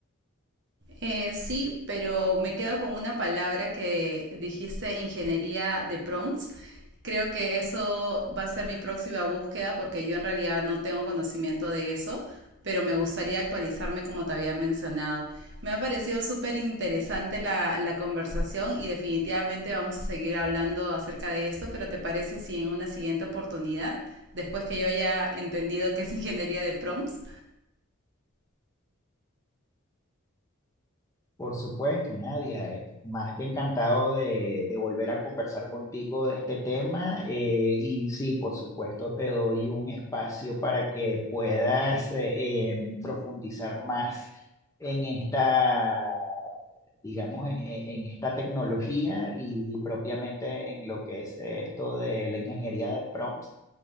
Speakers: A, on the right; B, on the left.
A: Eh, sí, pero me quedo con una palabra que dijiste, ingeniería de prompts. Creo que eso va a ser mi próxima búsqueda porque yo en realidad no tengo conocimiento de eso, pero me gustaría actualizarme como te había mencionado. Me ha parecido súper interesante la, la conversación y definitivamente vamos a seguir hablando acerca de esto, pero ¿te parece si en una siguiente oportunidad, después que yo haya entendido qué es ingeniería de prompts?
B: Por supuesto, Nadia, eh, más que encantado de, de volver a conversar contigo de este tema. eh, y sí, por supuesto, te doy un espacio para que puedas eh, eh, profundizar más en esta, digamos, en, en- en esta tecnología y propiamente en lo que es esto de la ingeniería de prompts